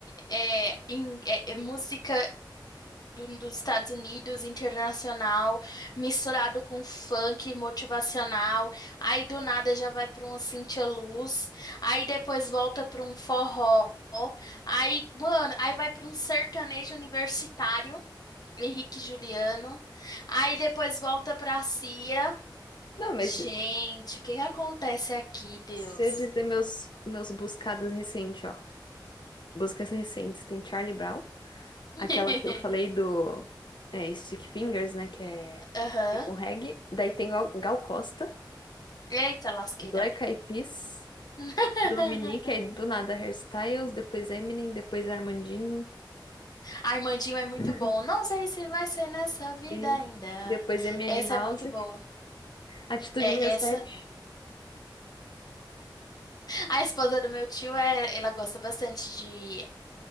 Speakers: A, on the left; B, on the left.
A: é, em- é- é música do- dos Estados Unidos, internacional, misturado com funk motivacional, aí do nada já vai pra uma Cintia Luz, aí depois volta pra um forró, aí, mano, aí vai pra um sertanejo universitário, Henrique e Juliano. Aí depois volta pra CIA.
B: Não, mas
A: Gente, o que que acontece aqui, Deus?
B: se eu dizer meus, meus buscados recentes, ó. Buscas recentes, tem Charlie Brown,
A: <laughs>
B: aquela que eu falei do é, Stick Fingers, né, que é
A: Aham.
B: tipo um reggae. Daí tem Gal Gal Costa,
A: Eita, lasqueira.
B: Black Eyed Peas,
A: <laughs>
B: Dominique, aí do nada Hairstyles, depois Eminem, depois Armandinho.
A: Armandinho é muito
B: <laughs>
A: bom. Não sei se vai ser nessa vida
B: Isso.
A: ainda.
B: Depois MN
A: Essa
B: House.
A: é muito boa.
B: Atitude
A: É
B: sessenta e
A: essa.
B: sete,
A: A esposa do meu tio é, ela gosta bastante de